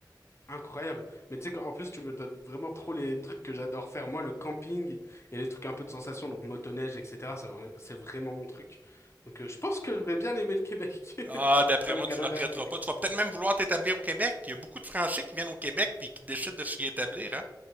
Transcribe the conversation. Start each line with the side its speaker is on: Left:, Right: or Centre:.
Left: incroyable. Mais tu sais qu'en plus, tu me donnes vraiment trop les trucs que j'adore faire. Moi, le camping et les trucs un peu de sensation, donc motoneige, etc. C'est vra- c'est vraiment mon truc. Donc, euh, je pense que je vais bien aimer le Québec. <laughs>
Right: Ah, d'après
Left: Ah, le
Right: moi,
Left: Canada
Right: tu le regretteras
Left: et Québec.
Right: pas. Tu vas peut-être même vouloir t'établir au Québec. Il y a beaucoup de Français qui viennent au Québec puis qui décident de s'y établir, hein?